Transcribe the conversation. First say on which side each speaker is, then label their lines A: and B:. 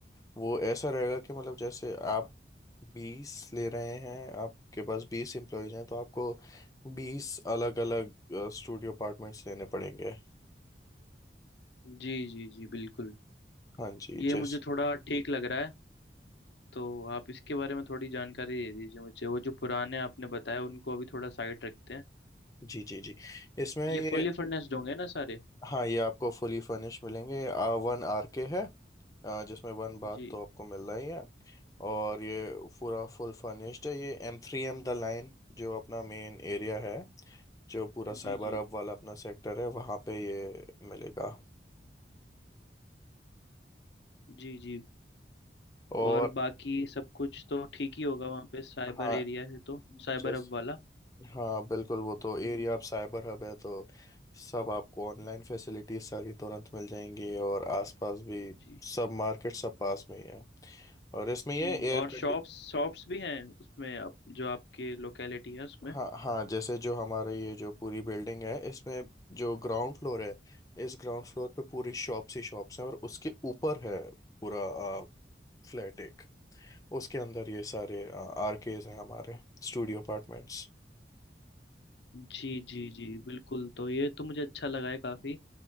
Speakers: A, on the left (about 20°); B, on the left (about 75°).
A: वो ऐसा रहेगा कि मतलब जैसे आप बीस ले रहे हैं आपके पास बीस एम्प्लॉयज हैं तो आपको बीस अलग अलग स्टूडियो अपार्टमेंट्स लेने पड़ेंगे
B: जी जी जी बिल्कुल
A: हाँ जी
B: ये
A: जैस
B: मुझे थोड़ा ठीक लग रहा है तो आप इसके बारे में थोड़ी जानकारी दे दीजिए मुझे वो जो पुराने आपने बताया उनको अभी थोड़ा साइड रखते हैं
A: जी जी जी इसमें ये
B: ये फुल्ली फर्नेस्ड होंगे ना सारे
A: हाँ ये आपको फुली फर्निश मिलेंगे वन आर के है आ, जिसमें वन बाथ
B: जी
A: तो आपको मिल रही है और ये पूरा फुल फर्निश्ड है ये M three M the line जो अपना मेन एरिया है जो पूरा
B: जी
A: साइबर
B: जी
A: हब वाला अपना सेक्टर है वहाँ पे ये मिलेगा
B: जी जी
A: और
B: और बाकी सब कुछ तो ठीक ही होगा वहाँ पे साइबर
A: हाँ
B: एरिया है तो साइबर
A: जैस
B: हब वाला
A: हाँ बिल्कुल वो तो एरिया
B: हम्म
A: आप साइबर हब है तो सब आपको ऑनलाइन फैसिलिटीज सारी तुरंत मिल जाएंगी और आसपास भी
B: जी
A: सब मार्केट सब पास में ही है और इसमें ये
B: हम्म
A: एयर
B: और शॉप्स
A: कंडी
B: शॉप्स भी हैं उसमें आप, जो आपके लोकेलिटी है उसमें
A: हाँ हाँ जैसे जो हमारे ये जो पूरी बिल्डिंग है इसमें जो ग्राउंड फ्लोर है इस ग्राउंड फ्लोर पे पूरी शॉप्स ही शॉप्स हैं और उसके ऊपर है पूरा फ्लैट एक उसके अंदर ये सारे आरकेज हैं हमारे स्टूडियो अपार्टमेंट्स
B: जी जी जी बिल्कुल तो ये तो मुझे अच्छा लगा है काफ़ी